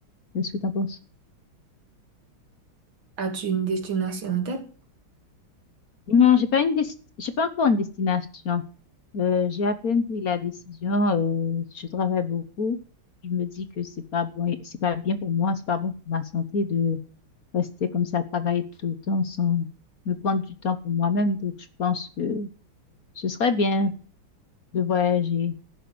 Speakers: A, on the left; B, on the right.
A: Qu'est-ce que t'en penses?
B: As-tu une destination en tête?
A: Non, j'ai pas une desti- j'ai pas encore une destination. Euh, j'ai à peine pris la décision. euh, je travaille beaucoup. Je me dis que c'est pas bon, c'est pas bien pour moi, c'est pas bon pour ma santé de rester comme ça, travailler tout le temps sans me prendre du temps pour moi-même. Donc, je pense que ce serait bien de voyager.